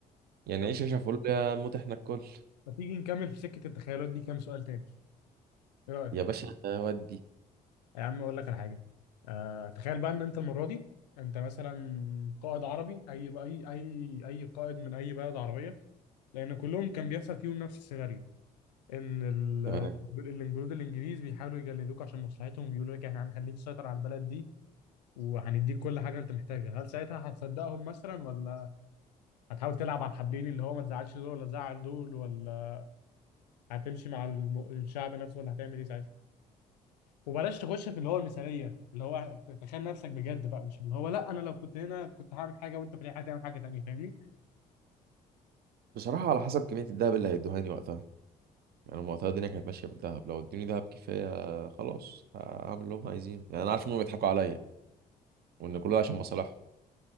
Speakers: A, on the right; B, on the left.
A: يعني
B: طب
A: عيش عيشة فل يا موت إحنا الكل
B: ما تيجي نكمل في سكه التخيلات دي كام سؤال تاني ايه رايك
A: يا باشا ودي
B: يا عم اقول لك على حاجه آه تخيل بقى ان انت المره دي انت مثلا قائد عربي اي اي اي اي قائد من اي بلد عربيه لان كلهم كان بيحصل فيهم نفس السيناريو ان
A: تمام
B: ال- الجنود الانجليز بيحاولوا يجلدوك عشان مصلحتهم بيقولوا لك احنا هنخليك تسيطر على البلد دي وهنديك كل حاجه انت محتاجها هل ساعتها هتصدقهم مثلا ولا هتحاول تلعب على الحبلين اللي هو ما تزعلش دول ولا تزعل دول ولا هتمشي مع الم- الشعب نفسه ولا هتعمل ايه ساعتها وبلاش تخش في اللي هو المثاليه اللي هو تخيل نفسك بجد بقى مش اللي هو لا انا لو كنت هنا كنت هعمل حاجه وانت في الحياه هتعمل حاجه تانيه فاهمني؟
A: بصراحة على حسب كمية الدهب اللي هيدوهاني وقتها يعني هم وقتها الدنيا كانت ماشيه بالذهب لو ادوني ذهب كفايه خلاص هعمل اللي هم عايزينه يعني انا عارف ان هم بيضحكوا عليا وان كله عشان مصالحهم